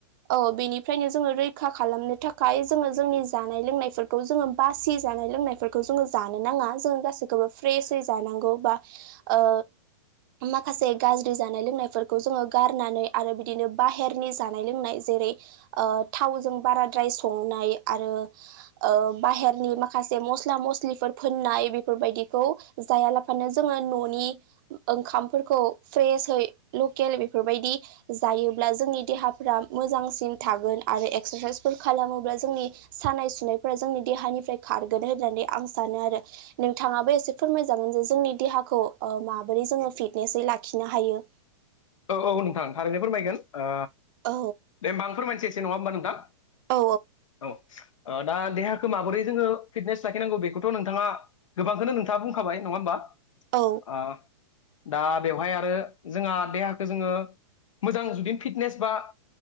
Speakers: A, on the right; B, on the left.
A: औ बेनि फ्रायनो जोङो रैखा खालामनो थाखाय जोङो जोंनि जानाय-लोंनायफोरखौ जोङो बासि जानाय लोंनायफोरखौ जोङो जानो नाङा जों गासैखौबो फ्रेसै जानांगौ बा ओ माखासे गाज्रि जानाय-लोंनायफोरखौ जोङो गारनानै आरो बिदिनो बाहेरनि जानाय-लोंनाय जे रै ओ थावजों बाराद्राय संनाय आरो ओ बाहेरनि माखासे मस्ला मस स्लिफोर फोननाय बेफोरबायदिखौ जायालाफानो जोङो न'नि ओंखामफोरखौ फ्रेसयै लकेल बेफोरबायदि जायोब्ला जोंनि देहाफ्रा मोजांसिन थागोन। आरो एक्सारसाइस फोर खालामोब्ला जोंनि सानाय सुनायफोरा जोंनि देहानिफ्राय खारगोन होननानै आं सानो आरो नोंथाङाबो एसे फोरमायजागोन जे जोंनि देहाखौ ओ माबोरै जोङो फिट नेसै लाखिनो हायो।
B: औ औ नोंथां थारैनो फोरमायगोन ओ
A: औ
B: दे होमबा आ फोरमायसै एसे नङा होमबा नोंथां
A: औ
B: औ ओ दा देहाखौ माबोरै जोङो फिटनेस लाखिनांगौ बेखौथ' नोंथाङा गोबांखौनो नोंथाङा बुंखाबाय नङा होमबा? ओ
A: औ
B: दा बेवहाय आरो जोंहा देहाखौ जोङो मोजां जुदि फिटनेस बा